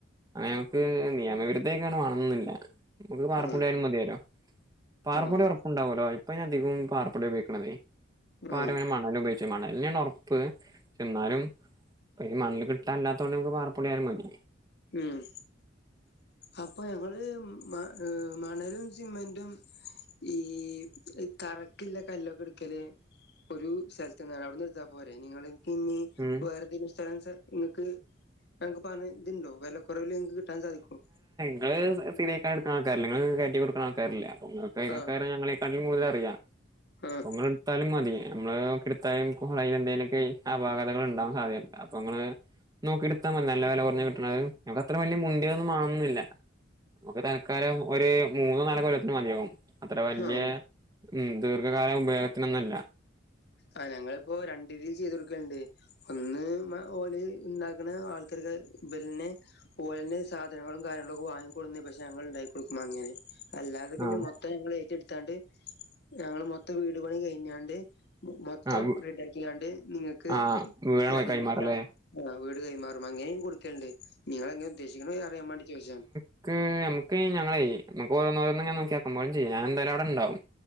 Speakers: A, on the right; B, on the left.
A: അങ്ങനങ്ങക്ക് നിയമവിരുദ്ധേ. ക്കങ്ങനെ വാണംന്ന്ല്ല മക്ക് പാറപ്പൊടിയാലും
B: ആഹ്
A: മതിയരൊ പാറപ്പൊടി
B: ആഹ്
A: ഒർപ്പുണ്ടാവല്ലോ ഇപ്പ ഞാ അധികു പാറപ്പൊടി ഉപോഗിക്ക്‌ണതെ. ഇപ്പ
B: ആഹ്
A: ആരു അങ്ങനെ മണൽ ഉപയോയ്ച്ച് മണൽന്നേണ് ഒറപ്പ് എന്നാലും. ഇപ്പഅയിന് മണൽ കിട്ടാല്ലാത്തോണ്ട് നമക്ക് പറപ്പൊടിയാലും മതി.
B: ഉം അപ്പൊ ഞങ്ങള് മ മണലും സിമെന്റും. ഈഹ് തറക്കില്ല കല്ലൊക്കെട്ക്കല്. ഒരു സെൽത്ത്ന്നാണ് അവ്ട്ന്ന് ഇട്ത്താപ്പോരെ നിങ്ങളി. പിന്നെ
A: ഉം
B: വേറെതെങ്കിലും സ്ഥലം വെച്ചാ ഇങ്ങക്ക് ഇങ്ങക്ക് പറഞ്ഞ പ ഇതുണ്ടോ വെല കൊറവില് ഇങ്ങക്ക് കിട്ടാൻ സാധിക്കും.
A: അഹ് സ് <unintelligible> ആൾക്കാരെല്ലെ ങ്ങള് കയറ്റി കൊട്ക്ക്ണ ആൾക്കാര്ല്ലെ അപ്പങ്ങ <unintelligible>
B: ആഹ്
A: ഞങ്ങളെ. ക്കാലും കൂടുതലറിയാ
B: ആഹ്
A: പ്പങ്ങള്ട്ത്താലും മതി. നമ്മള് ഓക്കിട്ത്താലും കും അയിലെന്തേലൊക്കെ അപാകതകൾ ഇണ്ടാവാൻ സാധ്യത അപ്പൊ ഇങ്ങള്. നോക്കിട്ത്താ മതി നല്ല വെല കൊർഞ്ഞ് കിട്ട്ണഹ്. നമക്ക് അത്ര വല്യ മുന്തിയൊന്നും മാണണംന്നില്ല മുക്ക് തൽക്കാലം ഒര് മൂന്നോ നാലോ കൊല്ലത്തിന് മത്യാവും. അത്ര വല്യ
B: ആഹ്
A: ഉം ദീർഘകാലം ഉപയോഗത്തിനൊന്നുല്ല.
B: ആഹ് ഞങ്ങളിപ്പോ രണ്ട് രീതി ചെയ്തൊട്ക്കണ്ട് ഒന്ന് മ ഓല് ഇണ്ടാക്ക്ണ ആൾക്കാര്ക്കെ ബലെന്നെ ഓലെന്നെ സാധനങ്ങളും കാര്യങ്ങളൊക്കെ വാങ്ങിക്കൊട്ന്ന് പക്ഷേ ഞങ്ങൾ ഇണ്ടാക്കി കൊട്ക്കു അങ്ങനെ അല്ലാതെ പിന്നെ
A: ആഹ്
B: മൊത്തം ഞങ്ങൾ ഏറ്റെട്ത്താണ്ട് ഞങ്ങള് മൊത്തം വീട്പണി കയ്ഞ്ഞാണ്ട് മൊത്തം
A: ആഹ്
B: റെഡിയാക്കിയാണ്ട് നിങ്ങക്ക്
A: ആഹ് വീഴാൻ പോയി
B: അതിന്റെ
A: കൈമാറല്ലേ
B: ച ആഹ് വീട് കൈമാറും അങ്ങനെയും കൊടുക്കണണ്ട് നിങ്ങളെങ്ങനെ ഉദ്ദേശിക്കണ് അറിയാൻ വേണ്ടി ചോദിച്ചയാണ്
A: നക്ക് നമക്ക് ഞങ്ങള് നമക്ക് ഓരോന്നോരോന്ന് നോക്കിയക്കുമ്പോഴും ചെയ്യ ഞാൻ എന്തായാലും അവിടെ ഉണ്ടാവും.